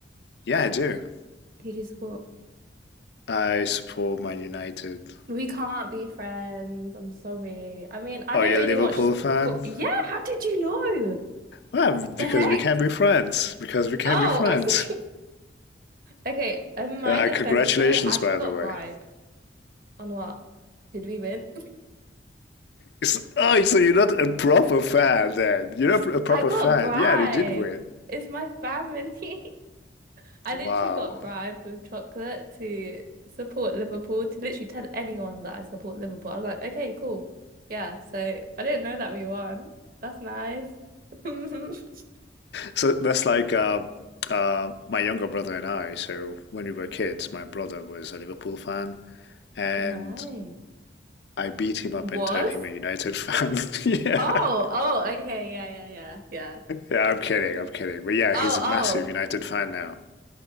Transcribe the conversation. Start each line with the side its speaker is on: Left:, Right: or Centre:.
Left: Yeah, I do.
Right: Who do you support?
Left: I support Man United.
Right: We can't be friends. I'm sorry. I mean, I
Left: Oh,
Right: don't
Left: you
Right: really
Left: are a Liverpool
Right: watch
Left: fan?
Right: football. Yeah, how did you know?
Left: Well, because
Right: The heck?
Left: we can be friends. Because we can
Right: Oh,
Left: be friends.
Right: <laughs> Okay, in my
Left: Uh,
Right: defense
Left: congratulations,
Right: though, I
Left: by
Right: got
Left: the way.
Right: bribed. On what? Did we win?
Left: It's, oh, so you're not a proper fan then. You're not
Right: <laughs>
Left: a proper
Right: I got
Left: fan.
Right: bribed.
Left: Yeah, they did win.
Right: It's my family. <laughs> I
Left: Wow.
Right: literally got bribed with chocolate to support Liverpool, to literally tell anyone that I support Liverpool. I was like, okay, cool. Yeah, so I didn't know that we won. That's nice. <laughs>
Left: So that's like uh, uh, my younger brother and I. So when we were kids, my brother was a Liverpool fan, and
Right: Right.
Left: I beat him up
Right: Was?
Left: and turned him a United fan. <laughs> yeah,
Right: Oh, oh, okay. Yeah, yeah, yeah, yeah.
Left: yeah, I'm kidding, I'm kidding. But yeah,
Right: Oh,
Left: he's a
Right: oh.
Left: massive United fan now.